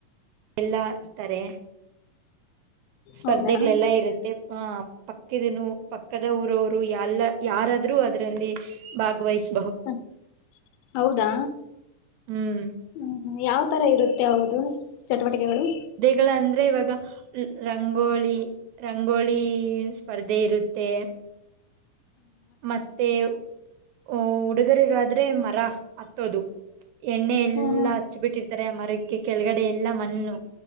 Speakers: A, on the right (about 75°); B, on the left (about 80°).
A: ಎಲ್ಲಾ ಇತಾರೆ ಸ್ಪರ್ಧೆಗಳೆಲ್ಲಾ
B: ಹೌದಾ
A: ಇರುತ್ತೆ. ಹ ಪಕ್ಕದನು ಪಕ್ಕದ ಊರವರು ಎಲ್ಲ ಯಾರಾದ್ರೂ ಅದರಲ್ಲಿ ಭಾಗವಹಿಸ್
B: ಹ ಹೌದಾ
A: ಹ್ಮ್
B: ಹ್ಮ್ ಯಾವ್ ತರ ಇರುತ್ತೆ ಹೌದು ಚಟುವಟಿಕೆಗಳು.
A: ಗಳಂದ್ರೆ ಇವಾಗ. ರಂಗೋಳಿ ರಂಗೋಳಿ ಸ್ಪರ್ಧೆ ಇರುತ್ತೆ. ಮತ್ತೆ ಓ ಹುಡುಗರಿಗಾದ್ರೆ ಮರ ಹತ್ತೋದು ಎಣ್ಣೆ ಎಲ್ಲಾ-
B: ಓಹೋ
A: - ಹಚ್ಚಿ ಬಿಟ್ಟಿರ್ತಾರೆ ಆ ಮರಕ್ಕೆ ಕೆಳಗಡೆ ಎಲ್ಲ ಮಣ್ಣು.